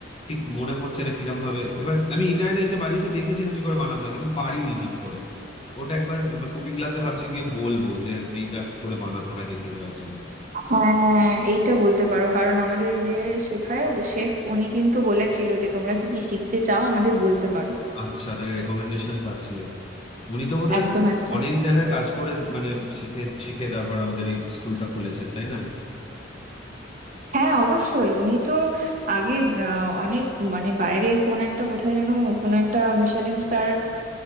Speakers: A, on the left; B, on the right.
A: ঠিক মনে পড়ছে না কিরম ভাবে এবার আমি ইন্টারনেটে এসে বাড়ি এসে দেখেছিলাম কি করে বানাতে হয় কিন্তু পারিনি ঠিক করে ওটা একবার কুকিং ক্লাসে ভাবছি গিয়ে বলবো যে এইটা কি করে বানাতে হয় দেখিয়ে দেওয়ার জন্য
B: হ্যাঁ এইটা বলতে পারো কারণ আমাদের যে শেখায় ওই শেফ উনি কিন্তু বলেছিল যে তোমরা কি কি শিখতে চাও আমাদের বলতে পারো
A: আচ্ছা তার রেকমেন্ডেশন আছে উনি তো বোধহয়
B: একদম একদম
A: অনেক জায়গায় কাজ করে মানে শিখে শিখে তারপর আমাদের এই স্কুলটা খুলেছেন তাই না
B: হ্যাঁ অবশ্যই উনি তো আগে আহ, অনেক মানে বাইরে কোন একটা কোথায় যেন কোন একটা মিশেলিন স্টার